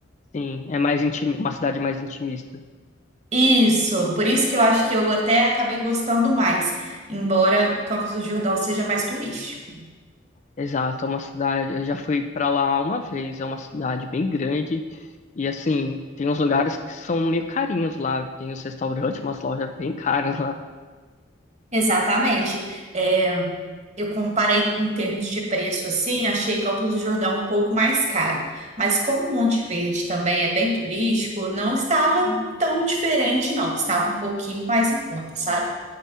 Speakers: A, on the left; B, on the right.
A: Sim, é mais intimi- uma cidade mais intimista.
B: Isso, por isso que eu acho que eu até acabei gostando mais, embora Campos do Jordão seja mais turístico.
A: Exato, é uma cidade. Eu já fui para lá uma vez. É uma cidade bem grande e assim tem uns lugares que são meio carinhos lá. Tem os restaurantes, umas lojas bem caras lá.
B: Exatamente. É, eu comparei em termos de preço, assim, achei Campos do Jordão um pouco mais caro. Mas como Monte Verde também é bem turístico, não estava tão diferente, não. Estava um pouquinho mais em conta, sabe?